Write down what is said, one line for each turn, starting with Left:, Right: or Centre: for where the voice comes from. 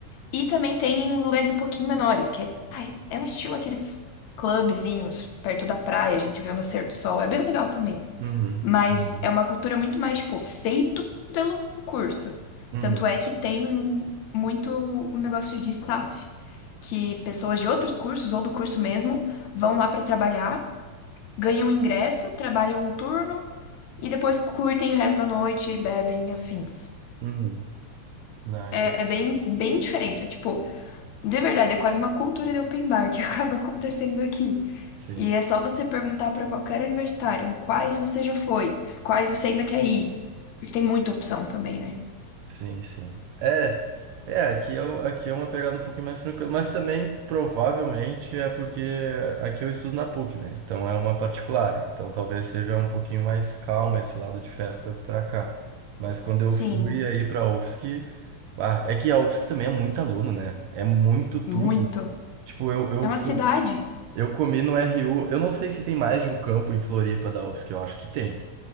Left: E também tem uns lugares um pouquinho menores, que é, ai, é um estilo aqueles clubezinhos perto da praia, a gente vê o nascer do sol, é bem legal também.
Right: Uhum.
Left: Mas
Right: Uhum.
Left: é uma cultura muito mais, tipo, feito pelo curso.
Right: Uhum.
Left: Tanto é que tem muito um negócio de staff, que pessoas de outros cursos ou do curso mesmo vão lá para trabalhar, ganham ingresso, trabalham um turno e depois curtem o resto da noite, bebem, afins.
Right: Uhum. Não,
Left: É,
Right: entendi.
Left: é bem, bem diferente. É tipo, de verdade, é quase uma cultura de open bar que <laughs> acaba acontecendo aqui.
Right: Sim.
Left: E é só você perguntar para qualquer universitário em quais você já foi, quais você ainda quer ir. Porque tem muita opção também, né?
Right: Sim, sim. É, é, aqui é, o- aqui é uma pegada um pouquinho mais tranquila, mas também provavelmente é porque aqui eu estudo na PUC, né? Então é uma particular, então talvez seja um pouquinho mais calma esse lado de festa pra cá. Mas quando eu
Left: Sim,
Right: fui aí pra UFSC, ah, é que a UFSC também é muito aluno, né? É muito tudo.
Left: muito.
Right: Tipo, eu, eu,
Left: É uma cidade?
Right: eu comi no RU, eu não sei se tem mais de um campo em Floripa da UFSC, eu acho que tem,